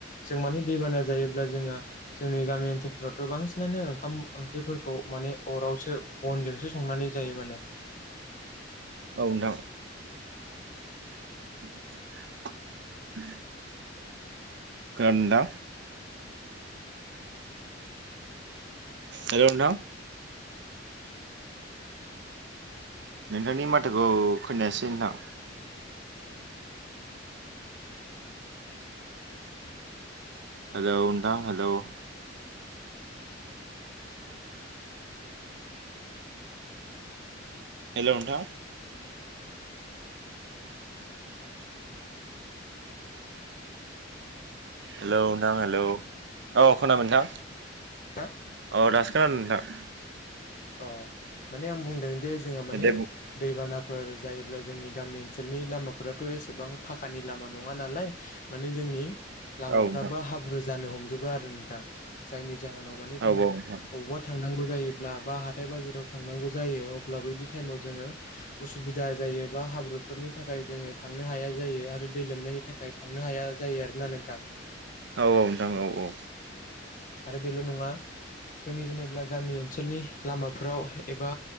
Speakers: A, on the left; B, on the right.
A: जों माने दैबाना जायोब्ला जोंहा जोंनि गामि ओनसोलफ्रावथ' गोबां बांसिनानो ओंखाम ओंख्रिफोरखौ माने अरावसो बनजोंसो संनानै जायो माने
B: औ नोंथा। <unintelligible> गान्दा हेलौ नोंथां नोंथांनि माथोखौ खोनायासै नोंथां। हेलौ नोंथां हेलौ हेलौ नोंथां। हेलौ नोंथां हेलौ अ खोनाबाय नोंथां।
A: ना?
B: औ दासो खोनादो नोंथां।
A: अ माने आं बुंदों दे जोंहा माने
B: दे बुं
A: दैबानाफ फोर जायोब्ला जोंनि गामि ओनसोलनि लामाफोराथ' एसेबां फाखानि लामा नङा नालाय माने जोंनि लामाफ्राबो
B: औ नोंथां
A: हाब्रु जानो हमजोबो आरो नोंथां जायनि जाहोनाव माने जोङो
B: औ औ
A: अबावबा
B: नोंथां
A: थांनांगौ जायोब्ला बा हाथाय बाजाराव थांनांगौ जायो अब्लाबो बिदि थाइमाव जोङो उसुबिदा जायोबा हाब्रुफोरनि थाखाय जोङो थांनो हाया जायो आरो दै लोमनायनि थाखाय थांनो हाया जायो आरोना नोंथां
B: औ औ नोंथां औ औ
A: आरो बेल' नङा जोंनि जेनेबा गामि ओनसोलनि लामाफोराव एबा